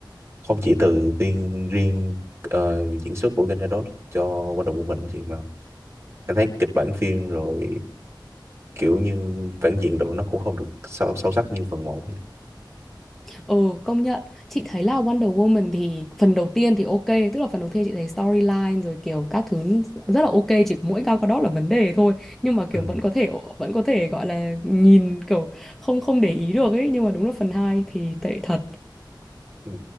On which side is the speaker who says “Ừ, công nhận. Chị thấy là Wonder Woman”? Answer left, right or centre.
Centre